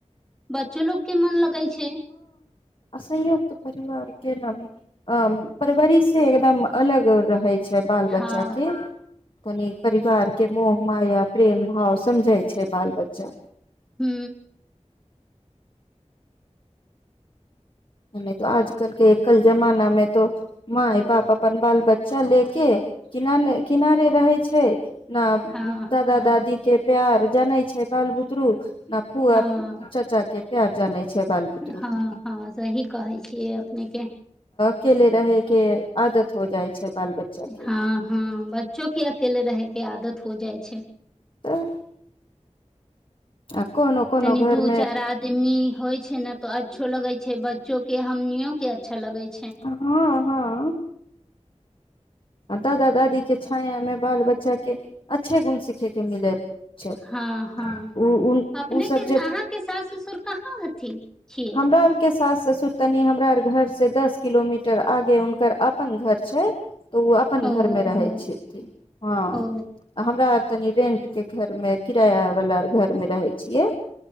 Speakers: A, in the centre; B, on the left.
A: बच्चो लोग के मन लगै छै
B: असयुक्त परिवार के ने अ परवरि से एकदम अलग रहै छै छै बाल बच्चाे
A: हँ
B: तनि परिवारके मोह माया प्रेम भाव समझै छै बाल बच्चा
A: हू
B: नहि तऽ आजकल के एकल जमाना मे तो माय बाप अपन बाल बच्चा ले के किनारे किनारे रहै छै न
A: हँ
B: दादा
A: हँ
B: दादी के प्यार जानै छै बाल बुत ु न पुअ
A: हँ
B: चच कतेक आर जानै छै बाल बुतरू
A: हँ हँ सही कहै छियै अपनेके
B: केेले रहके आदत हो जाइ छै बाल बच्चा के
A: हँ हँ बच्चो के अकेले रहके आदत हो जाइ छै
B: तऽ आ कोनो कोनो
A: तनी
B: घर
A: दू
B: मे
A: चारि आदमी होइ छै ने तऽ अच्छो लगै छै ब जो के हमनिो के अच्छा लगे छै
B: हँ हँ आ दादा दादीे छायायामे बाल बच्चाके अच्छे गुण सिखयके मिले छै
A: हँ हँ
B: उ
A: अपनेके
B: उ सब जे
A: अहाँके सास ससुर कहाँ हथिन छियै
B: हमरा आर के सास ससुतनी हमरा घर से दस किलोमीटर आगे हुनकर अपन घर छै तऽ ओ अपन
A: ओहो
B: घरमे रहै छथिन हँ
A: ओ
B: हमरा आर तनी रेंट के घर मे किराया वाला घर मे रहै छियै